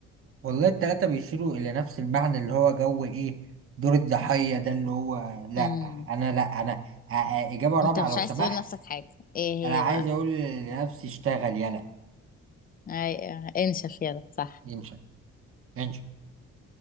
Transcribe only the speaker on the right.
والله التلاتة بيشيروا الى نفس المعنى اللي هو جو ايه دور الضحية ده اللي هو لا
انا لا انا آ- آ- اجابة رابعة
لو سمحت
انا
عايز
اقول لنفسي اشتغل يلا
انشا انشا